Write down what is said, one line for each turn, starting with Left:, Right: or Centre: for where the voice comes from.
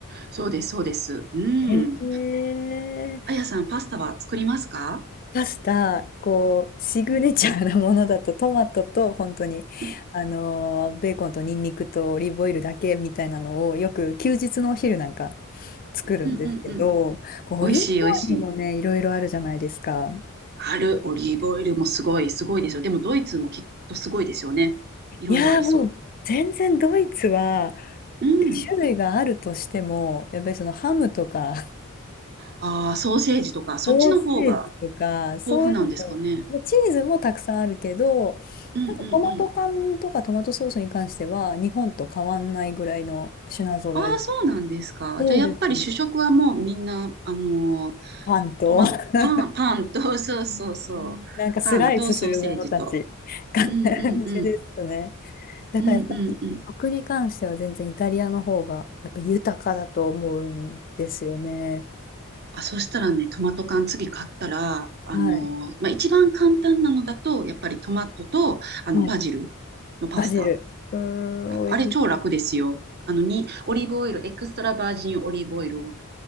Right: そうです、そうです。うん。
Left: へえ。
Right: あやさん、パスタは作りますか
Left: パスタ、
Right: うん、
Left: こう、シグネチャーなものだと、トマトと、本当に、
Right: うん、
Left: あのーベーコンとニンニクとオリーブオイルだけみたいなのを、よく休日のお昼なんか作るんですけど、
Right: うん、うん。
Left: こうオリーブオイルもね、
Right: 美味しい、美味しい。
Left: いろいろあるじゃないですか。
Right: ある、オリーブオイルもすごい、すごいですよ。でも、ドイツもきっとすごいですよね。
Left: いやーもう全然ドイツは
Right: いろいろありそう。うん。
Left: 種類があるとしても、やっぱりそのハムとか、
Right: ああ、ソーセージとか、そっちの方が
Left: ソーセージとか、そういう
Right: 豊富なんですかね。
Left: の、チーズもたくさんあるけど、
Right: うん、
Left: なんかトマト缶とかトマトソースに関しては、
Right: うん、うん。
Left: 日本と変わんないぐらいの品揃え。
Right: ああ、そうなんですか。
Left: そうですね。
Right: じゃあ、やっぱり主食はもうみんな、あの、
Left: パンと、
Right: トマ、
Left: <laughs>
Right: パン、パンと、<laughs> そうそうそう。
Left: なんかスライスするものたち、
Right: パンとソーセージと。
Left: 感
Right: うんうんうん。
Left: じですね。だからやっぱり食に関しては全然イタリアの方がやっぱ豊かだと思うんですよね。
Right: うんうんうん。あ、そしたらね、トマト缶次買ったら、あの、
Left: はい。
Right: まあ、一番簡単なのだと、やっぱりトマトと、あの、
Left: はい。
Right: バジルのパスタ。
Left: バジル。うー
Right: あ、
Left: ん、
Right: あれ超楽ですよ。
Left: 美味しそう。
Right: あの、に、オリーブオイル、エクストラバージンオリーブオイルを